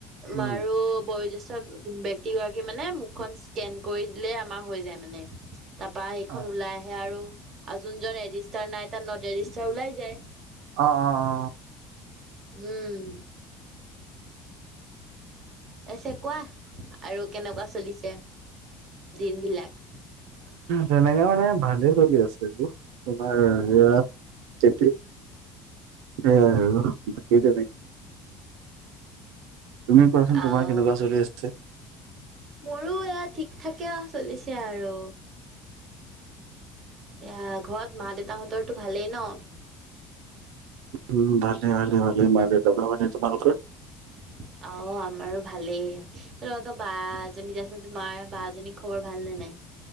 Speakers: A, on the right; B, on the right.
A: উম।
B: মাৰো বয়োজ্যেষ্ঠ ব্য ক্তি গৰাকী মানে মুখখন স্কেন কৰি দিলে আমাৰ হৈ যায় মানে তাৰপা সেইখন
A: অ
B: ওলাই আহে আৰু যোনজন ৰেজিষ্টাৰ নাই তাত নট ৰেজিষ্টাৰ ওলাই যায়
A: অ অ অ
B: উম এছে কোৱা কেনেকৱা চলিছে দিনবিলাক?
A: তেনেকে মানে ভালে চলি আছে আৰু তোমাৰ এয়া তেপিক সেয়াই আৰু বাকি তেনেকুৱা তুমি কোৱাচোন
B: আহ
A: তোমাৰ কেনেকুৱা চলি আছে?
B: মোৰো এয়া ঠিক-ঠাকে চলিছে আৰু এয়া ঘত মা-দেউতাহঁতৰটো ভালেই ন?
A: উম ভালে ভালে ভালে মা-দেউতা ভাগৰ, তোমালোকৰ?
B: <unintelligible> অ আমাৰো ভালেই অ তহঁত বা এজনী যে আছিল তোমাৰ বাজনী খবৰ ভাল নে নাই